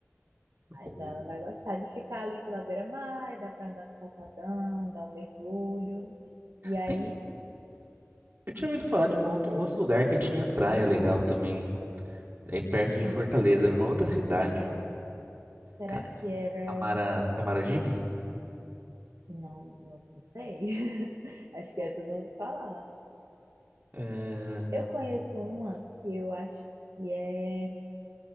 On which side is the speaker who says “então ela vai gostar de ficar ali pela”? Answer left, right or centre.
Right